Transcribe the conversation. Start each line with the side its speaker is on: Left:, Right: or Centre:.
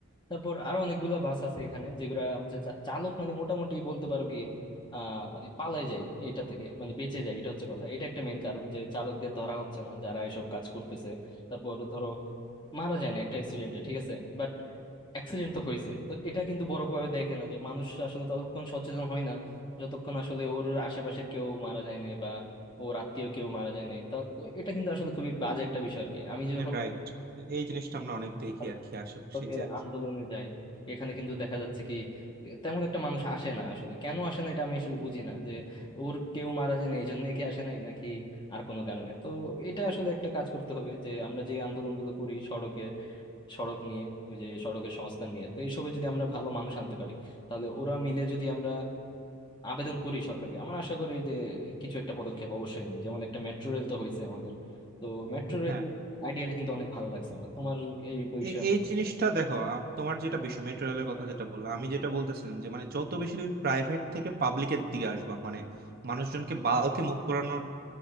Left: তারপর আরো অনেকগুলা বাস আছে এখানে যেগুলা হচ্ছে চা- চালক মানে মোটামুটি বলতে পারো কি আহ মানে পালাই যায় এটা থেকে মানে বেঁচে যায় এটা হচ্ছে কথা এটা একটা মেইন কারণ যে চালকদের ধরা হচ্ছে না যারা এসব কাজ করতেছে তারপর ধরো মারা যায় না একটা অ্যাক্সিডেন্টে ঠিক আছে বাট অ্যাক্সিডেন্ট তো হয়েছে তো এটা কিন্তু বড় ভাবে দেখে না যে মানুষ আসলে ততক্ষণ সচেতন হয় না যতক্ষণ আসলে ওর আশেপাশের কেউ মারা যায় নাই বা ওর আত্মীয় কেউ মারা যায় নাই তা তো এটা কিন্তু আসলে খুবই বাজে একটা বিষয় আর কি আমি যখন
Right: রাইট এই জিনিসটা আমরা অনেক দেখি
Left: আর
Right: আর
Left: শিক্ষকের
Right: কি আশেপাশে যে
Left: আন্দোলনে যাই এখানে কিন্তু দেখা যাচ্ছে কি তেমন একটা মানুষ আসে না আসলে কেন আসে না এটা আমি আসলে বুঝি না যে ওর কেউ মারা যায় না এই জন্য কি আসে নাই নাকি আর কোনো কারণে তো এটা আসলে একটা কাজ করতে হবে যে আমরা যে আন্দোলনগুলো করি সড়কে সড়ক নিয়ে ওই যে সড়কের সংস্কার নিয়ে তো এইসবে যদি আমরা ভালো মানুষ আনতে পারি তাহলে ওরা মিলে যদি আমরা আবেদন করি সরকারকে আমার আশা করি যে কিছু একটা পদক্ষেপ অবশ্যই নেবে যেমন একটা মেট্রো রেল তো হয়েছে আমাদের তো মেট্রো রেল
Right: হ্যাঁ
Left: আইডিয়াটা কিন্তু অনেক ভালো লাগছে আমার তোমার এই বিষয়ে
Right: এ- এই জিনিসটা দেখো আ, তোমার যেটা বিষয় মেট্রো রেলের কথা যেটা বললো আমি যেটা বলতেছিলাম যে মানে যত বেশি তুমি প্রাইভেট থেকে পাবলিকের দিকে আসবা মানে মানুষজনকে বাল্কে মুভ করানোর